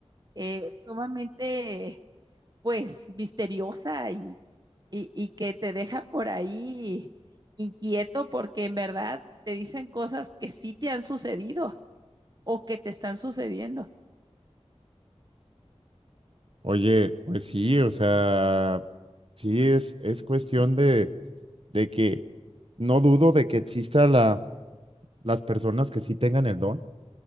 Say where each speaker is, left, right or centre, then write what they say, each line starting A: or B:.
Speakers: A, on the right (about 40°); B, on the right (about 55°).
A: eh, sumamente, pues, misteriosa y, y, y que te deja por ahí inquieto porque en verdad te dicen cosas que sí te han sucedido o que te están sucediendo.
B: Oye, pues sí, o sea, sí es, es cuestión de, de que no dudo de que exista la, las personas que sí tengan el don.